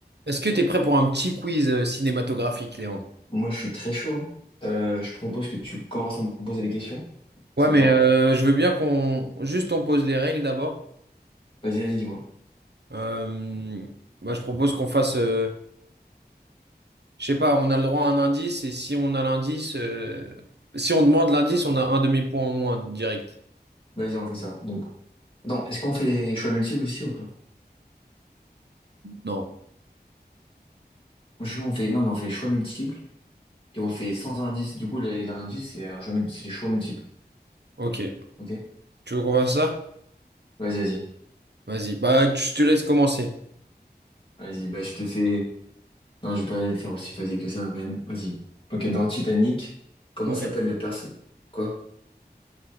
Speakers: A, on the right (about 80°); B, on the left (about 30°).
A: Est-ce que t'es prêt pour un petit quiz euh, cinématographique, Léandre?
B: Moi, je suis très chaud. hein. Euh, je propose que tu commences à me poser des questions.
A: Ouais,
B: si Ça
A: mais
B: te va?
A: euh, je veux bien qu'on juste on pose les règles d'abord.
B: Vas-y, vas-y, dis-moi.
A: Euh, bah, je propose qu'on fasse, euh, je sais pas, on a le droit à un indice et si on a l'indice, euh, si on demande l'indice, on a un demi-point en moins direct.
B: Vas-y, on fait ça. Donc, non, est-ce qu'on fait des choix multiples aussi ou quoi?
A: Non.
B: Je veux qu'on fait, non, mais on fait choix multiples et on fait sans indice. Du coup, la- l'indice, c'est un choix multi- c'est les choix multiples.
A: Ok.
B: Ok?
A: Tu veux qu'on fasse ça?
B: Vas-y, vas-y.
A: Vas-y. Bah, tu- je te laisse commencer.
B: Vas-y, bah, je te fais. Non, je vais pas faire aussi facile que ça, quand même. Vas-y. Ok, dans Titanic, comment
A: Ouais.
B: s'appelle le personnage? Quoi?